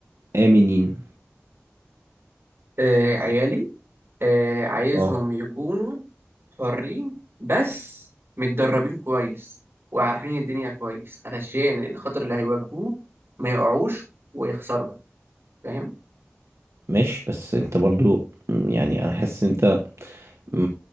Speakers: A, on the right; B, on the right.
A: آمنين
B: آه، عيالي آه، عايزهم
A: اه
B: يكونوا حرين بس متدربين كويس وعارفين الدنيا كويس علشان الخطر اللي هيواجهوه ما يقعوش ويخسروا فاهم
A: ماشي بس انت برضو م، يعني انا حاسس انت م،